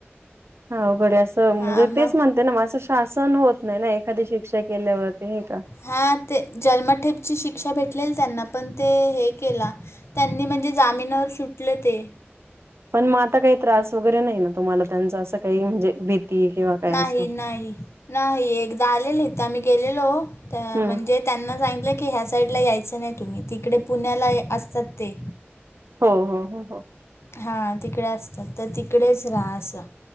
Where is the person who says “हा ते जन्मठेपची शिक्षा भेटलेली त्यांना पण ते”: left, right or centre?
Left